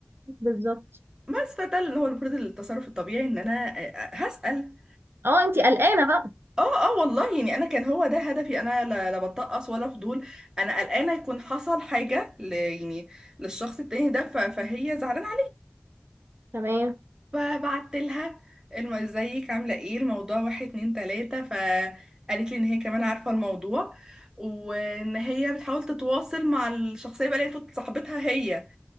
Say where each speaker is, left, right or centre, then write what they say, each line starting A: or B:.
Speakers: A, on the right; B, on the right.
A: بالظبط
B: بس فده اللي هو المفروض التصرف الطبيعي إن أنا آه، آه، هسأل
A: اه انتي قلقانة بقى
B: اه اه والله يعني انا كان هو ده هدفي انا لا, لا بتطقص ولا فضول انا قلقانه يكون حصل حاجه ل يعني للشخص التاني ده ف- فهي زعلانه
A: تمام
B: فبعت لها الم... ازيك عامله ايه الموضوع واحد اتنين تلاته فقالت لي ان هي كمان عارفه الموضوع وان هي بتحاول تتواصل مع الشخصيه بقى اللي هي المفروض صاحبتها هي